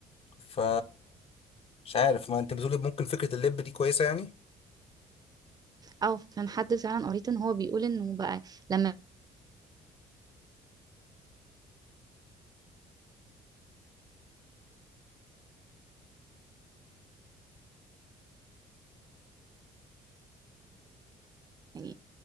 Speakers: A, on the left; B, on the right.
A: ف مش عارف ما انت بتقول ممكن فكره اللب دي كويسه يعني
B: او كان حد فعلا قريت ان هو بيقول انه بقى لما يعني